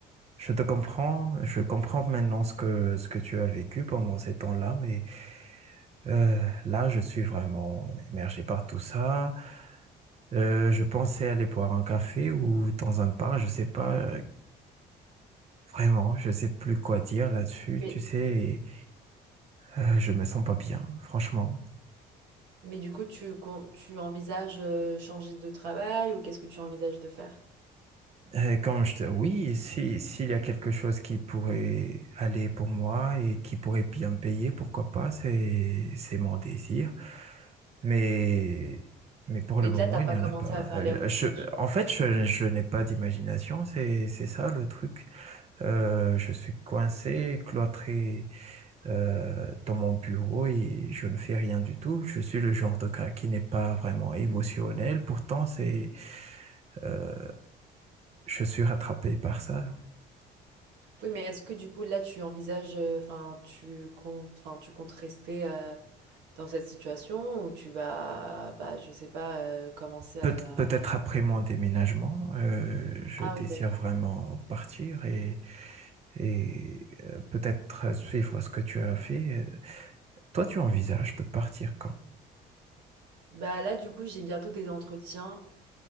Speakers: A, on the right (about 40°); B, on the right (about 85°).
A: je te comprends, je comprends maintenant ce que ce que tu as vécu pendant ces temps-là, mais euh, là je suis vraiment émergé par tout ça. Euh, je pensais aller boire un café ou dans un bar, je sais pas. Vraiment, je sais plus quoi dire là-dessus,
B: Mais,
A: tu sais, euh, je me sens pas bien, franchement.
B: mais du coup, tu, con- tu envisages euh, changer de travail ou qu'est-ce que tu envisages de faire?
A: Euh, comme je te... Oui, si, s'il y a quelque chose qui pourrait aller pour moi et qui pourrait bien me payer, pourquoi pas, c'est, c'est mon désir. Mais, mais pour
B: Mais
A: le moment,
B: là, t'as
A: il
B: pas
A: n'y en
B: commencé
A: a pas.
B: à faire
A: Euh,
B: les recherches.
A: Je, je-
B: euh.
A: en fait, je, je n'ai pas d'imagination, c'est, c'est ça le truc. Euh, je suis coincé, cloîtré euh, dans mon bureau et je ne fais rien du tout. Je suis le genre de gars qui n'est pas vraiment émotionnel. Pourtant, c'est, euh, je suis rattrapé par ça.
B: Oui, mais est-ce que du coup, là, tu envisages, euh, enfin, tu comptes, enfin, tu comptes rester euh, dans cette situation ou tu vas, bah, je sais pas, euh, commencer à,
A: Peut-
B: va-
A: peut-être après mon déménagement, euh, je
B: Ah
A: désire
B: oui, d'accord.
A: vraiment partir et, et euh, peut-être suivre ce que tu as fait. Toi, tu envisages de partir quand?
B: Bah là, du coup, j'ai bientôt des entretiens,